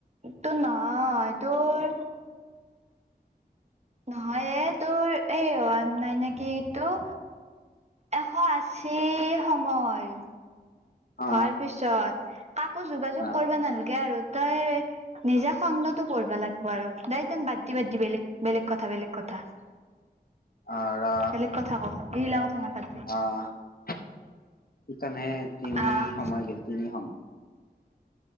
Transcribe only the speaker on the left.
অ
আ,
আৰা,
আহ সেইইকাৰণে তিনি
সময় গেল তিনি সময়